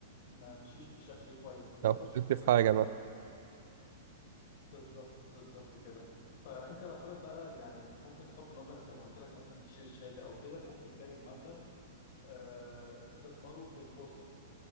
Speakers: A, on the left; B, on the right.
A: ما مشيش بشكل كويس ما تخسرش
B: لو خسرت
A: فلوسك
B: في حاجه
A: كلها
B: مثلا
A: بالظبط بالظبط كده فانت لو حابب بقى يعني ت- ممكن تحط مبلغ زي ما قلت لك مثلا تشتري شهاده او كده ممكن باقي المبلغ آه تستثمره في البورصه